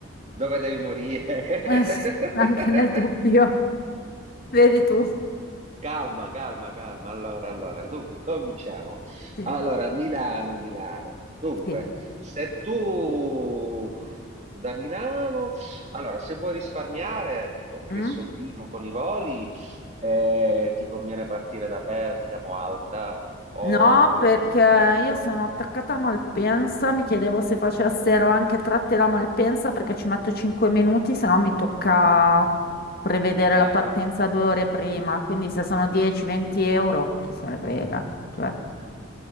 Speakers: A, on the right (about 35°); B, on the left (about 50°).
A: dove devi morire? <laughs>
B: <laughs> Eh, sì, anche nel dubbio, <laughs> vedi tu.
A: Calma, calma, calma. Allora, allora, dunque, cominciamo.
B: Sì,
A: Allora, Milano, Milano. Dunque,
B: sì.
A: se tu da Milano, allora, se vuoi risparmiare qualche
B: Mm?
A: soldino con i voli, eh, ti conviene partire da Bergamo Alta o
B: No,
A: Rio
B: perché
A: Serio?
B: io sono attaccata a Malpensa, mi chiedevo se facessero anche tratte da Malpensa perché ci metto 5 minuti, se no mi tocca prevedere
A: Eh,
B: la partenza
A: no,
B: due ore prima, quindi se sono 10-20
A: no.
B: euro, chi se ne frega. Cioè,
A: eh,